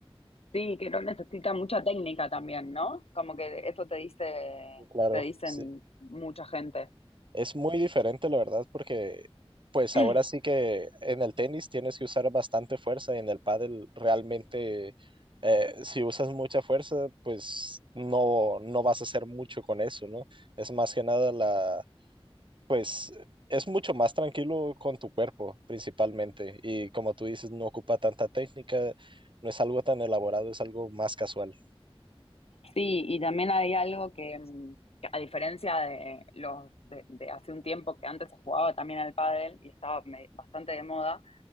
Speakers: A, on the left (about 75°); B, on the right (about 55°).
A: sí, que no necesita mucha técnica también, ¿no? Como que eso te dice,
B: Claro,
A: te dicen
B: sí.
A: mucha gente.
B: Es muy diferente, la verdad, porque pues
A: <clears throat>
B: ahora sí que en el tenis tienes que usar bastante fuerza y en el pádel realmente eh, si usas mucha fuerza, pues no, no vas a hacer mucho con eso, ¿no? Es más que nada la, pues es mucho más tranquilo con tu cuerpo principalmente y como tú dices, no ocupa tanta técnica, no es algo tan elaborado, es algo más casual.
A: Sí, y también hay algo que, mm, que a diferencia de los de, de hace un tiempo que antes se jugaba también al pádel y estaba me- bastante de moda,